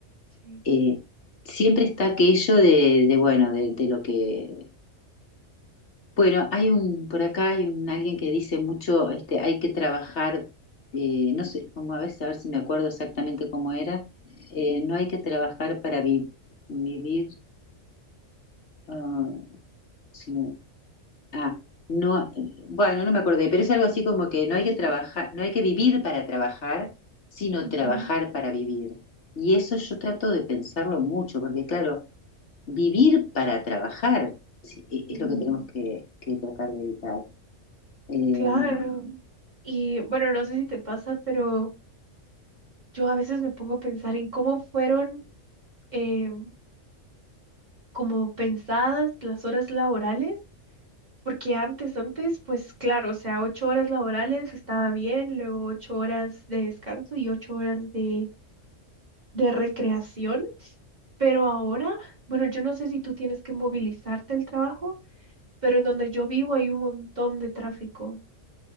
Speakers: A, on the right; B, on the left.
A: sí.
B: eh, siempre está aquello de, de, bueno, de, de lo que... Bueno, hay un, por acá hay un, alguien que dice mucho, este, hay que trabajar, eh, no sé, como a veces, a ver si me acuerdo exactamente cómo era, eh, no hay que trabajar para vi- vivir, ah, sino, ah, no, eh, bueno, no me acordé, pero es algo así como que no hay
A: <laughs>
B: que trabajar, no hay que vivir para trabajar, sino
A: Ok.
B: trabajar para vivir. Y eso yo trato de pensarlo mucho, porque claro, vivir para trabajar, sí, e-,
A: mm,
B: es lo que tenemos que, que tratar de evitar. Eh,
A: Claro. Y bueno, no sé si te pasa, pero yo a veces me pongo a pensar en cómo fueron eh, como pensadas las horas laborales, porque antes, antes, pues claro, o sea, ocho horas laborales estaba bien, luego ocho horas de descanso y ocho horas de de recreación, pero ahora, bueno, yo no sé si tú tienes que movilizarte al trabajo, pero en donde yo vivo hay un montón de tráfico